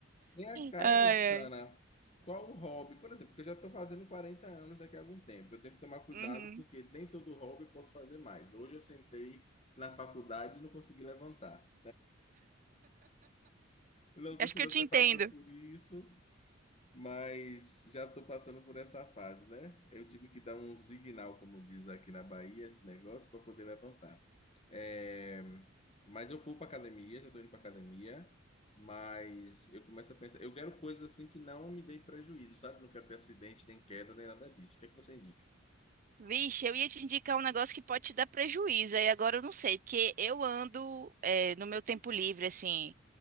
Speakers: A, on the left (about 30°); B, on the right (about 40°).
A: Vem cá,
B: Ai, ai.
A: Irutsana, qual o hobby? Por exemplo, que eu já estou fazendo 40 anos daqui a algum tempo. Eu tenho que tomar cuidado
B: Uhum.
A: porque nem todo hobby eu posso fazer mais. Hoje eu sentei na faculdade e não consegui levantar. Não sei
B: Acho
A: se
B: que
A: você
B: eu te entendo.
A: passou por isso, mas já estou passando por essa fase, né? Eu tive que dar um signal, como diz aqui na Bahia, esse negócio, para poder levantar. É, Mas eu fui para academia, já estou indo para academia, mas eu começo a pensar, eu quero coisas assim que não me deem prejuízo, sabe? Não quero ter acidente, nem queda, nem nada disso. O que é que você indica?
B: Vixe, eu ia te indicar um negócio que pode te dar prejuízo, aí agora eu não sei, porque eu ando é, no meu tempo livre, assim,